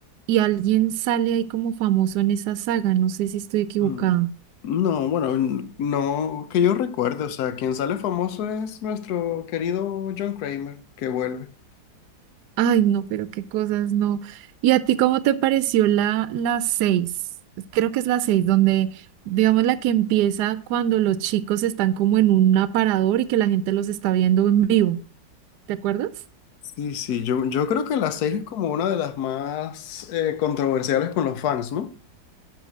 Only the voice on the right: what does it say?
y alguien sale ahí como famoso en esa saga, no sé si estoy equivocada.
Ay, no, pero qué cosas, no. ¿Y a ti cómo te pareció la, la seis? Creo que es la seis, donde, digamos, la que empieza cuando los chicos están como en un aparador y que la gente los está viendo en vivo. ¿Te acuerdas?